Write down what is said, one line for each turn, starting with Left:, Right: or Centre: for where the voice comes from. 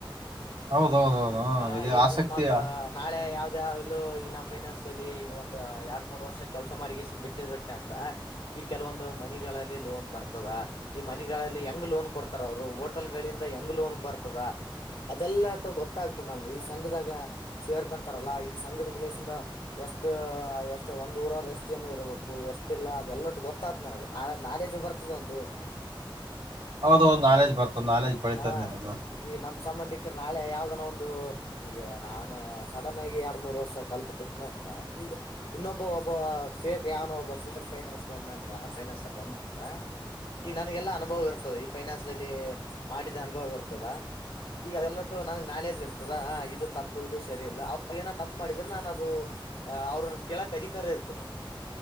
Right: ಹೌದೌದೌದು
Left: ಆ
Right: ಇದು
Left: ಈಗ
Right: ಆಸಕ್ತಿಯಾ
Left: ಅಕಸ್ಮಾತ್ ನಾಳೆ ಯಾವ್ದಾದ್ಲು ಈಗ ನಾ ಫೈನಾನ್ಸ್ಲಿ ಈಗ ಒಂದ್ ಎರಡ್ ಮೂರ್ ವರ್ಷ ಕೆಲ್ಸ ಮಾಡ್ಗಿಸಿ ಬಿಟ್ಟಿಗಿಟ್ಟಿನ್ ಅಂದ್ರ ಈಗ ಕೆಲವೊಂದು ಮನಿಗಳಲ್ಲಿ ಲೋನ್ ಬರ್ತದ ಈ ಮನಿಗಳಲ್ಲಿ ಹೆಂಗ್ ಲೋನ್ ಕೊಡ್ತಾರ ಅವರು ಹೋಟೆಲ್ಗಳಿಂದ ಹೆಂಗ್ ಲೋನ್ ಬರ್ತದ ಅದೆಲ್ಲಟ ಗೊತ್ತಾಗ್ತದ ನಮ್ಗ ಈಗ ಸಂಘದಾಗ ಸೇರ್ಕಂತಾರಲ್ಲ ಈಗ ಸಂಘದಲಾಶಿಂದ ಎಷ್ಟ್ ಎಷ್ಟ್ ಒಂದ್ ಊರವ್ರು ಎಷ್ಟ್ ಜನ ಇರಬೇಕು ಎಷ್ಟಿಲ್ಲಾ ಅದೆ ಎಲ್ಲಟ್ಟು ಗೊತ್ತಗ್ತದ್ ನನಗ ನ ನಾಲೇಜ್ ಬರ್ತ ಬರ್ತದ ಅದು
Right: ಹೌದೌದು ನಾಲೆಜ್ ಬರ್ತದ ನಾಲೆಜ್ ಬೆಳಿತದ್
Left: ಆ
Right: ನಿನಗು
Left: ಈ ನಮ್ ಸಂಬಂಧಿಕರು ನಾಳೆ ಯಾವ್ದನೋ ಒಂದು ಈಗ ನಾನು ಸಡನ್ ಆಗಿ ಎರಡ್ ಮೂರ್ ವರ್ಷ ಕಲ್ತ್ ಬಿಟ್ಟನ ಅಂದ್ರ ಈಗ ಇನ್ನೊಬ್ಬ ಒಬ್ಬವ್ ಫೇಕ್ ಯಾವನೋ ಒಬ್ಬ ಫೇಕ್ ಫೈನಾನ್ಸ್ ಬಂದನಂದ್ರ ಫೈನಾನ್ಸರ್ ಬಂದನಂದ್ರ ಈಗ ನನ್ಗ ಎಲ್ಲಾ ಅನುಭವ ಇರ್ತದ ಈ ಫೈನಾನ್ಸದಲ್ಲಿ ಮಾಡಿದ್ದ ಅನುಭವ ಇರ್ತದ ಈಗ ಅದೆಲ್ಲೊಟ್ಟು ನನ್ಗ್ ನಾಲೇಜ್ ಇರ್ತದ ಇದ್ ತಪ್ಪು ಇದು ಸರಿ ಇಲ್ಲ ಅವ್ರು ಏನ್ ತಪ್ಪ್ ಮಾಡಿದ್ರರು ನಾನು ಅದು ಅ ಅವ್ರನ್ನ ಕೇಳಕ್ ಅಧಿಕಾರ ಇರ್ತದ